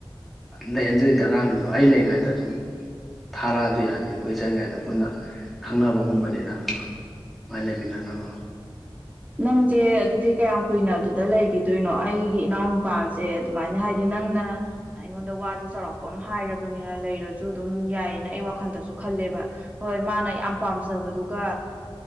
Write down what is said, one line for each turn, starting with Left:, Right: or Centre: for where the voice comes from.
Centre: ꯂꯩꯍꯟꯗꯣꯏꯗꯤ ꯑꯉꯥꯡꯗꯨꯁꯨ ꯑꯩ ꯂꯩꯔꯤꯉꯩꯗ ꯑꯗꯨꯝ ꯊꯥꯔꯛꯑꯖꯨ ꯌꯥꯅꯤ ꯑꯩꯈꯣꯏ ꯆꯪꯂꯤꯉꯩꯗ ꯄꯨꯟꯅ ꯈꯪꯅꯕꯒꯨꯝꯕꯅꯤꯅ ꯁꯃꯥꯏꯅ ꯂꯩꯃꯤꯟꯅꯅꯕ
Right: ꯅꯪꯖꯦ ꯑꯗꯨꯗꯤ ꯀꯌꯥꯝ ꯀꯨꯏꯅ ꯑꯗꯨꯗ ꯂꯩꯒꯤꯗꯣꯏꯅꯣ ꯑꯩꯒꯤ ꯏꯅꯥꯎꯅꯨꯄꯥꯁꯦ ꯑꯗꯨꯃꯥꯏꯅ ꯍꯥꯏꯗꯤ ꯅꯪꯅ ꯑꯩꯉꯣꯟꯗ ꯋꯥꯖꯨ ꯆꯥꯎꯔꯥꯛꯄ ꯑꯃ ꯍꯥꯏꯔꯕꯅꯤꯅ ꯂꯩꯔꯁꯨ ꯑꯗꯨꯝ ꯌꯥꯏꯌꯦꯅ ꯑꯩ ꯋꯥꯈꯟꯗꯁꯨ ꯈꯜꯂꯦꯕ ꯍꯣꯏ ꯃꯥꯅ ꯌꯥꯝ ꯄꯥꯝꯖꯕꯗꯨꯒ